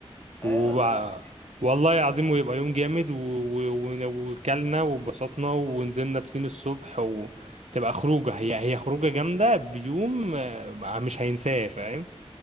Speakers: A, on the right (about 90°); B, on the left (about 20°).
A: وبقى
B: ايوه والله مش
A: والله العظيم ويبقى يوم جامد و... و... و- وكلنا واتبسطنا ونزلنا بسين الصبح وتبقى خروجة هي هي خروجة جامدة بيوم آه، مش هينساه فاهم